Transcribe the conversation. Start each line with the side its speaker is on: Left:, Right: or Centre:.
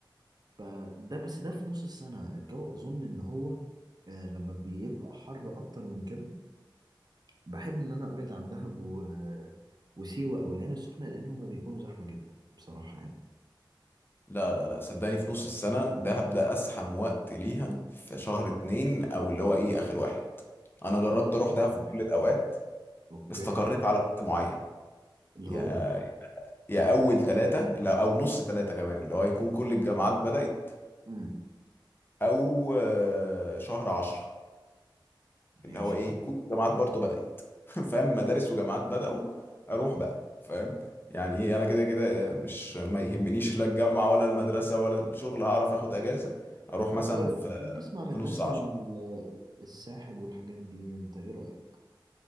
Right: فده بس ده في نص السنة الجو أظن إن هو آه، لما بيبقى حر أكتر من كده بحب ان انا ابعد عن دهب و... وسيوة او العين السخنة لان هما بيكونوا زحمة جدا بصراحة يعني
Left: لا لا لا صدقني في نص السنة ده هبدأ أزحم وقت ليها في شهر اتنين أو اللي هو إيه آخر واحد أنا جربت
Right: نمرة شرم اتنين
Left: أروح
Right: واخر
Left: دهب في
Right: واحد
Left: كل الأوقات
Right: اوكي
Left: استقريت على وقت معين
Right: اللي
Left: يا
Right: هو
Left: يا أول تلاتة لا أو نص تلاتة كمان اللي هو يكون كل الجامعات بدأت
Right: امم
Left: أو آه، شهر عشرة
Right: ماشي
Left: اللي هو إيه يكون الجامعات برضو بدأت <laughs> فاهم مدارس وجامعات بدأوا أروح بقى فاهم يعني إيه أنا كده كده مش ما يهمنيش لا الجامعة ولا المدرسة ولا الشغل هعرف آخد أجازة أروح
Right: كنت
Left: مثلا في
Right: بسمع من الناس
Left: في نص عشرة
Right: ان ال- الساحل والحاجات دي انت ايه رأيك